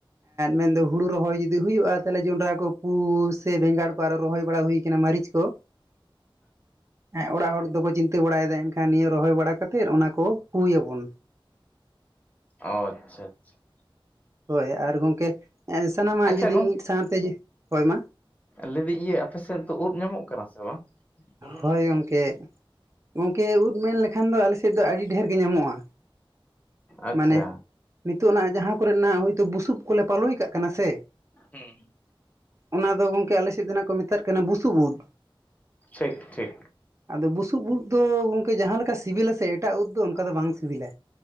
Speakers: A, on the right; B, on the left.
A: ᱢᱮᱱᱫᱚ ᱦᱩᱲᱩ ᱨᱚᱦᱚᱭ ᱡᱩᱫᱤ ᱦᱩᱭᱩᱜᱼᱟ ᱛᱟᱞᱦᱮ ᱡᱚᱸᱰᱨᱟ ᱠᱚ ᱯᱩᱭ ᱥᱮ ᱵᱮᱸᱜᱟᱲ ᱟᱨᱚ ᱨᱚᱦᱚᱭ ᱵᱟᱲᱟ ᱦᱩᱭ ᱟᱠᱟᱱᱟ ᱢᱟᱹᱨᱤᱪ ᱠᱚ ᱦᱮᱸ ᱚᱲᱟᱜ
B: ᱴᱷᱤᱠ
A: ᱦᱚᱲ ᱫᱚᱠᱚ ᱪᱤᱱᱛᱟᱹ ᱵᱟᱲᱟᱭᱮᱫᱟ ᱮᱱᱠᱷᱟᱱ ᱱᱤᱭᱟᱹ ᱨᱚᱦᱚᱭ ᱵᱟᱲᱟ ᱠᱟᱛᱮ ᱚᱱᱟ ᱠᱚ ᱯᱩᱭᱟᱵᱚᱱ
B: ᱚ ᱟᱪᱪᱷᱟ <unintelligible>
A: ᱦᱳᱭ ᱟᱨ ᱜᱚᱝᱠᱮ ᱥᱟᱱᱟᱢᱟᱜ
B: ᱟᱪᱪᱷᱟ
A: ᱡᱩᱫᱤ ᱢᱤᱫ ᱥᱟᱶᱛᱮ ᱦᱳᱭ ᱢᱟ
B: ᱞᱟᱹᱭ ᱫᱟᱹᱧ ᱤᱭᱟᱹ ᱟᱯᱮᱥᱮᱫ ᱫᱚ ᱩᱫ ᱧᱟᱢᱚᱜ ᱠᱟᱱᱟ ᱥᱮ ᱵᱟᱝ ᱵᱩᱱᱩᱢ
A: ᱦᱳᱭ
B: ᱩᱫ
A: ᱜᱚᱝᱠᱮ
B: ᱠᱚ
A: ᱜᱚᱝᱠᱮ ᱩᱫ ᱢᱮᱱ ᱞᱮᱠᱷᱟᱱ ᱫᱚ ᱟᱞᱮᱥᱮᱫ ᱫᱚ ᱟᱹᱰᱤ ᱰᱷᱮᱨ ᱜᱮ ᱧᱟᱢᱚᱜᱼᱟ
B: ᱟᱪᱪᱷᱟ
A: ᱢᱟᱱᱮ ᱱᱤᱛᱚᱜ ᱱᱟ ᱡᱟᱦᱟᱸ ᱠᱚᱨᱮᱱᱟᱜ ᱦᱳᱭᱛᱳ ᱵᱩᱥᱩᱵ ᱠᱚᱞᱮ ᱯᱟᱞᱚᱭ ᱠᱟᱜ ᱠᱟᱱᱟ ᱥᱮ
B: ᱦᱩᱸ
A: ᱚᱱᱟ ᱫᱚ ᱜᱚᱝᱠᱮ ᱟᱞᱮ ᱥᱮᱫ ᱫᱚᱦᱟᱜ ᱠᱚ ᱢᱮᱛᱟᱜ ᱠᱟᱱᱟ ᱵᱩᱥᱩᱵ ᱩᱫ
B: ᱴᱷᱤᱠ ᱴᱷᱤᱠ
A: ᱟᱫᱚ ᱵᱩᱥᱩᱵ ᱩᱫ ᱫᱚ ᱜᱚᱝᱠᱮ ᱡᱟᱦᱟᱸ ᱞᱮᱠᱟ ᱥᱤᱵᱤᱞᱟ ᱥᱮ ᱮᱴᱟᱜ ᱩᱫ ᱫᱚ ᱚᱱᱠᱟ ᱫᱚ ᱵᱟᱝ ᱥᱤᱵᱤᱞᱟ